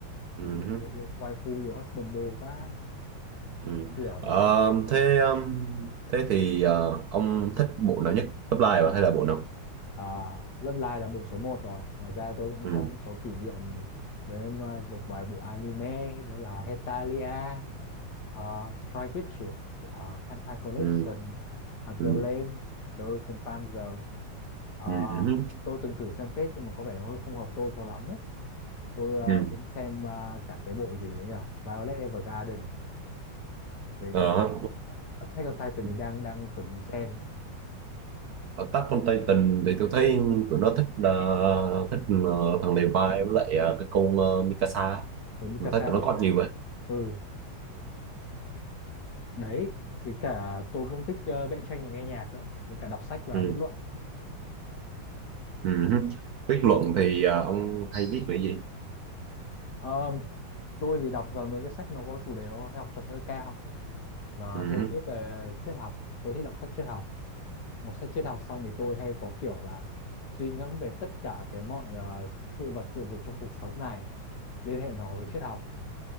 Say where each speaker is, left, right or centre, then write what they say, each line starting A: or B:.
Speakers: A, on the right; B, on the left.
A: Ừ.
B: chỉ vì yêu yêu waifu yêu husband đồ quá
A: Ừ.
B: kiểu
A: Ờ,
B: đấy
A: thế um, thế thì ờ, ông thích bộ nào nhất top line à, hay là bộ nào
B: À, Love Live là bộ số một rồi. Ngoài ra tôi cũng
A: ừ.
B: có một số kỷ niệm với uh, một vài bộ anime đó là Hetalia, uh, Strike Witches, uh, Kantai Collection,
A: Ừ.
B: uh, The
A: Ừ.
B: Lame, Girls and Panzer. Uh,
A: Ừ. Ừ.
B: tôi từng thử xem phết nhưng mà có vẻ nó hơi không hợp tôi cho lắm ấy. Tôi
A: Ừ.
B: uh, cũng xem uh, cả cái bộ gì đấy nhỉ? Violet Evergarden với
A: Ờ,
B: cả Attack on Titan
A: Ở
B: thì đang đang chuẩn bị xem.
A: Attack on Titan thì tôi thấy tụi nó thích ờ, thích ờ, thằng Levi với lại ờ, cái con ờ, Mikasa
B: Với Mikasa
A: tôi thấy tụi
B: đi
A: nó có
B: anh.
A: nhiều vậy
B: Ừ đấy với cả tôi cũng thích ờ, vẽ tranh và nghe nhạc nữa với cả đọc sách và
A: ừ.
B: viết luận
A: Ừ. Viết luận thì ờ, ông hay viết về gì
B: Ờ, tôi thì đọc ờ, mấy cái sách nó có chủ đề nó học thuật hơi cao và
A: ừ.
B: tôi viết về triết học tôi thích đọc sách triết học đọc sách triết học xong thì tôi hay có kiểu là suy ngẫm về tất cả cái mọi ờ, sự vật sự việc trong cuộc sống này liên hệ nó với triết học